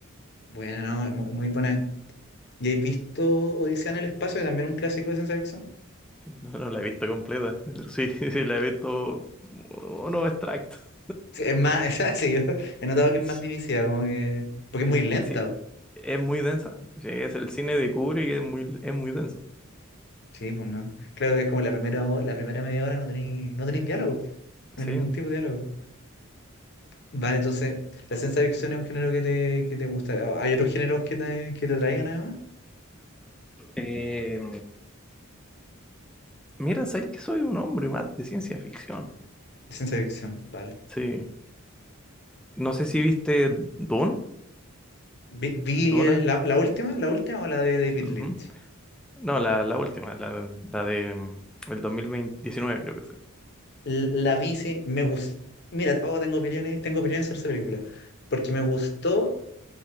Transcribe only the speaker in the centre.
No, no la he visto completa, pero sí, <laughs> sí, la he visto uno extractos
<laughs>
Es
que sí, es muy densa. Sí, es el cine de Kubrick, es muy, es muy denso.
Sí.
Eh, mira, sabes que soy un hombre más de ciencia ficción.
Sí. No sé si viste Dune,
Duna.
Ujú.
No, la, la última, la, la de mm, el 2019 creo que fue.